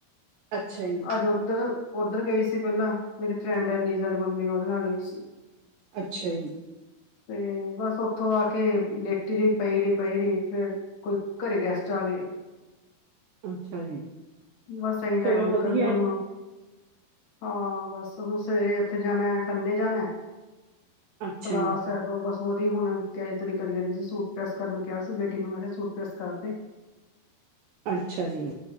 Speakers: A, on the right (about 80°); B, on the left (about 65°).
A: ਅੱਛਾ ਜੀ।
B: ਅੱਜ ਓਧਰ, ਉਧਰ ਗਈ ਸੀ ਪਹਿਲਾਂ, ਮੇਰੀ ਫਰੈਂਡ ਐ ਲੀਜਾ ਦੀ ਮੰਮੀ ਉਹਦੇ ਨਾਲ ਗਈ ਸੀ।
A: ਅੱਛਾ ਜੀ।
B: ਤੇ ਬਸ ਉੱਥੋਂ ਆ ਕੇ ਲੇਟੀ ਰਹੀ, ਪਈ ਰਹੀ, ਪਈ ਰਹੀ। ਫਿਰ ਕੋਈ ਘਰੇ ਗੈਸਟ ਆ ਗਏ।
A: ਅੱਛਾ ਜੀ
B: ਬਸ ਐਂਈਂ ਟਾਈਮ
A: ਚਲੋ
B: ਨਿਕਲ
A: ਵਧੀਆ
B: ਗਿਆ ਹੁਣ। ਹਾਂ ਬਸ ਹੁਣ ਸਵੇਰੇ ਉੱਥੇ ਜਾਣਾ ਖੰਨੇ ਜਾਣਾ।
A: ਅੱਛਾ
B: ਕਲਾਸ
A: ਜੀ
B: ਐ ਉਹ ਬਸ ਉਹਦੀ ਹੁਣ ਤਿਆਰੀ-ਤੁਰੀ ਕਰੀ ਜਾਂਦੀ ਸੀ। ਸੂਟ ਪ੍ਰੈਸ ਕਰਨ ਨੂੰ ਕਿਹਾ ਸੀ ਬੇਟੀ ਨੂੰ ਮੈਂ ਕਿਹਾ ਸੂਟ ਪ੍ਰੈਸ ਕਰਦੇ। <unintelligible>
A: ਅੱਛਾ ਜੀ।